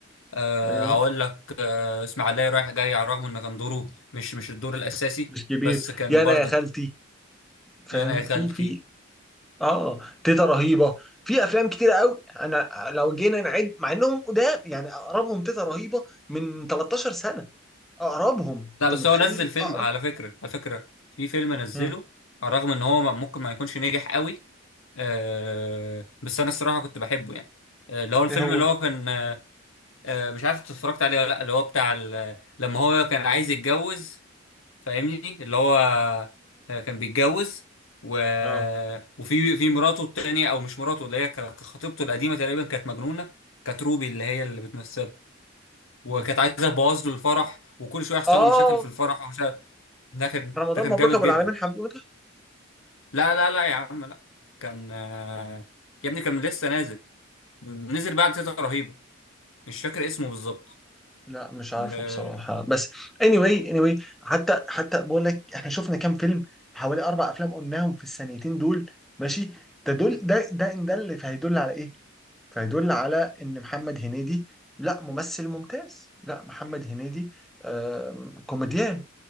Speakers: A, on the left (about 80°); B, in the centre.
A: أه
B: ايوه
A: هقول لك أه اسماعيليه رايح جاي على الرغم ان كان دوره مش مش الدور الاساسي
B: مش كبير
A: بس كان
B: يا انا
A: برضك
B: يا خالتي فاهم
A: يعني يا خالتي
B: في في اه تيتا رهيبه في افلام كتيره قوي انا لو جينا نعد مع انهم قدام يعني اقربهم تيتا رهيبه من 13 سنه اقربهم
A: لا
B: انت
A: بس
B: متخيل
A: هو نزل فيلم
B: اقرب
A: على فكره على فكره في فيلم نزله
B: مم.
A: على الرغم ان هو ما- ممكن ما يكونش نجح قوي أه بس انا الصراحه كنت بحبه يعني آه، اللي هو الفيلم
B: ايه هو
A: اللي هو كان أه آه، مش عارف إنت اتفرجت عليه ولا لا اللي هو بتاع ال- لما هو كان عايز يتجوز فاهمني اللي هو آه، كان بيتجوز و...
B: اه
A: وفي في مراته التانية او مش مراته اللي هي ك- خطيبته القديمة تقريبا كانت مجنونة كانت روبي اللي هي اللي بتمثلها وكانت
B: مم.
A: عايزة تبوظ له الفرح وكل شوية يحصل
B: اه
A: له مشاكل في الفرح ومش عارف ده كان
B: رمضان
A: ده كان
B: مبروك
A: جامد
B: ابو
A: جدا
B: العالمين حمودة
A: لا لا لا يا عم لا كان آه، يا ابني كان لسه نازل نزل بعد تيتا رهيبة مش فاكر اسمه بالظبط
B: لا مش عارفه
A: آه،
B: بصراحة بس anyway anyway حتى حتى بقول لك احنا شفنا كام فيلم حوالي اربع افلام قلناهم في السنتين دول ماشي ده دول ده ده ان ده اللي فهيدل على ايه؟ فهيدل على ان محمد هنيدي لا ممثل ممتاز لا محمد هنيدي آم، كوميديان